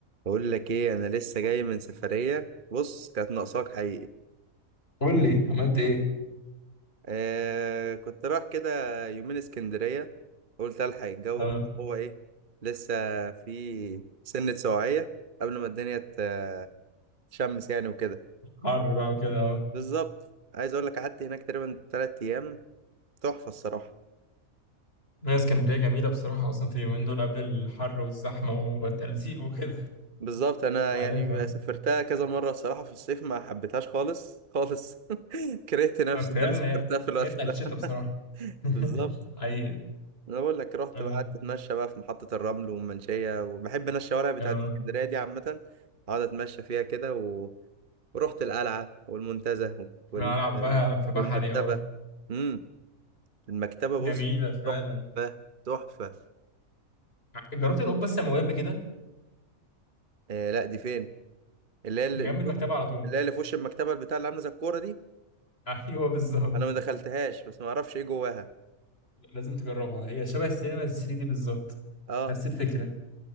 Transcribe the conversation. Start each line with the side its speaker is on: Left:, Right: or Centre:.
Right: بقول لك ايه انا لسه جاي من سفريه بص كانت ناقصاك حقيقي
Left: قول لي عملت ايه
Right: آه كنت رايح كده يومين اسكندريه قلت الحق الجو
Left: اه
Right: هو ايه لسه في سنه سواعيه قبل ما الدنيا ت- تشمس يعني وكده
Left: الحر بقى وكده اه
Right: بالظبط عايز اقول لك قعدت هناك تقريبا 3 ايام تحفه الصراحه
Left: هي اسكندرية جميلة بصراحة أصلا في اليومين دول قبل الحر والزحمة والتلزيق وكده <laughs>
Right: بالظبط انا
Left: أنت
Right: يعني
Left: عارف اه.
Right: سافرتها كذا مره الصراحه في الصيف ما حبيتهاش خالص خالص <laughs> كرهت نفسي
Left: فعلا
Right: ان انا سافرتها
Left: هي
Right: في الوقت
Left: هي بتاعت
Right: ده
Left: الشتا بصراحة
Right: <laughs>
Left: <laughs>
Right: بالظبط
Left: حقيقي
Right: انا بقول لك رحت
Left: اه
Right: بقى قعدت اتمشى بقى في محطة الرمل والمنشية وبحب انا الشوارع بتاعت
Left: اه
Right: اسكندرية دي عامة اقعد اتمشى فيها كده و... ورحت القلعة والمنتزه وال...
Left: أنا ألعب بقى في بحري
Right: والمكتبة
Left: اه
Right: امم المكتبة
Left: جميلة
Right: بص
Left: فعلا
Right: تحفة تحفة
Left: جربت القبة السماوية قبل كده
Right: آه لا دي فين اللي هي اللي
Left: دي جنب
Right: في
Left: المكتبة
Right: وش
Left: على طول
Right: اللي هي اللي في وش المكتبة البتاع اللي عاملة زي الكورة دي
Left: <laughs> أيوه بالظبط
Right: انا ما دخلتهاش بس ما اعرفش ايه جواها
Left: لازم تجربها هي شبه السينما 3 دي بالظبط
Right: اه
Left: نفس الفكرة